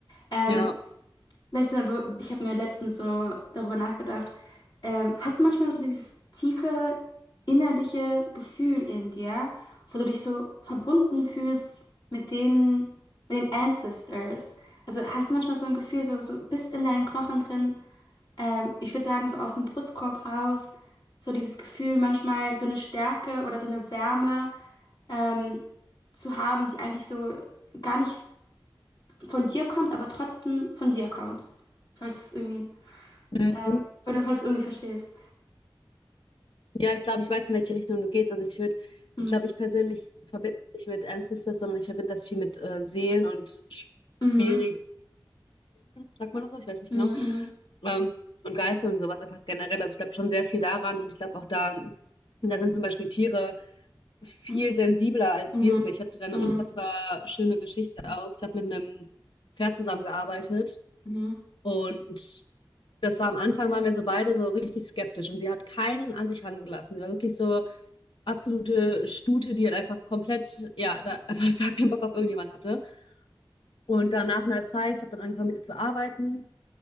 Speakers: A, on the left; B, on the left.
A: Ähm,
B: Ja.
A: Weißt du, wo- ich habe mir letztens so darüber nachgedacht. Ähm, hast du manchmal so dieses tiefe innerliche Gefühl in dir, wo du dich so verbunden fühlst mit den, mit den Ancestors? Also hast du manchmal so ein Gefühl, so, so bis in deinen Knochen drin, ähm, ich würde sagen, so aus dem Brustkorb raus, so dieses Gefühl, manchmal so eine Stärke oder so eine Wärme ähm, zu haben, die eigentlich so gar nicht von dir kommt, aber trotzdem von dir kommt. Falls es irgendwie.
B: Mhm.
A: Äh, wenn du es irgendwie verstehst.
B: Ja, ich glaube, ich weiß, in welche Richtung du gehst. Also ich würde,
A: Mhm.
B: ich glaube, ich persönlich verbinde das nicht mit Ancestors, sondern ich verbinde das viel mit äh, Seelen und Spiriten,
A: Mhm.
B: sagt man das so? Ich weiß nicht
A: Mhm.
B: genau. Ähm, und Geistern und sowas einfach generell. Also ich glaube schon sehr viel daran und ich glaube auch da, da sind zum Beispiel Tiere viel
A: Mhm.
B: sensibler als
A: Mhm.
B: wir für. Ich hatte da eine
A: Mhm.
B: unfassbar schöne Geschichte auch. Ich habe mit einem Pferd zusammengearbeitet
A: Mhm.
B: und Das war am Anfang, waren wir so beide so richtig skeptisch und sie hat keinen an sich rangelassen. Sie war wirklich so absolute Stute, die halt einfach komplett, ja, da <laughs> einfach gar keinen Bock auf irgendjemand hatte. Und dann nach einer Zeit, ich habe dann angefangen mit ihr zu arbeiten.